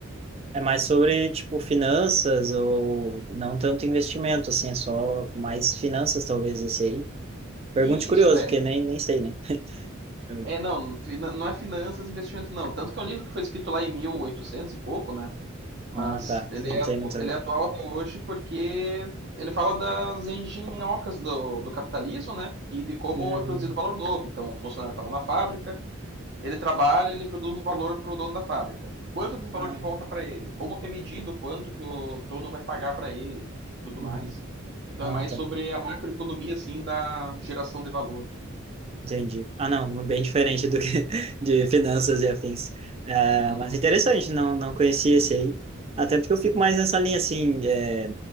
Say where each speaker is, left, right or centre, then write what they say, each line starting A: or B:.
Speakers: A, on the right (about 30°); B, on the right (about 55°).
A: É mais sobre, tipo, finanças ou não tanto investimento, assim, é só mais finanças, talvez, esse aí. Pergunte
B: Isso,
A: curioso,
B: é.
A: porque
B: n-
A: nem, nem sei, né? Eu-
B: É, não, fina- não é finanças e investimento, não. Tanto que é um livro que foi escrito lá em mil e oitocentos e pouco, né? Mas
A: Ah, tá.
B: ele
A: Não
B: é,
A: tem
B: atu-
A: muito a
B: ele
A: ver.
B: é atual até hoje porque ele fala das engenhocas do, do capitalismo, né? E de como
A: Hum.
B: é produzido valor novo. Então, o funcionário está lá na fábrica, ele trabalha, ele produz valor para o dono da fábrica. Quanto desse valor
A: Ah,
B: que volta para ele? Como que é medido? Quanto que o dono vai pagar para ele? Tudo
A: uhum.
B: mais. Então,
A: Ah,
B: é mais
A: tá.
B: sobre a macroeconomia, assim, da geração de valor.
A: Entendi. Ah, não, bem diferente do que <laughs> de finanças e afins. Ah,
B: Uhum.
A: mas interessante, não, não conhecia esse aí. Até porque eu fico mais nessa linha, assim, é,